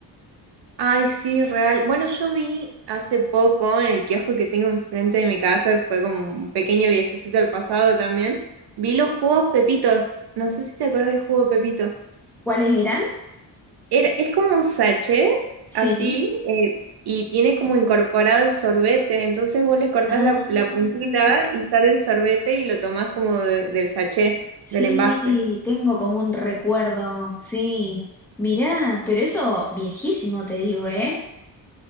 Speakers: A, on the right (about 60°); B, in the centre.
A: Ay, sí, real. Bueno, yo vi hace poco en el kiosco que tengo enfrente de mi casa, fue como un pequeño viajecito al pasado también, vi los jugos Pepitos. No sé si te acuerdas del jugo Pepito.
B: ¿Cuáles eran?
A: Era- es como un sachet,
B: Sí.
A: así, eh, y tiene como incorporado el sorbete. Entonces vos le cortás
B: Ah.
A: la, la puntita y sale el sorbete y lo tomás como de- del sachet,
B: Sí,
A: del envase.
B: tengo como un recuerdo, sí. Mirá, pero eso viejísimo te digo, ¿eh?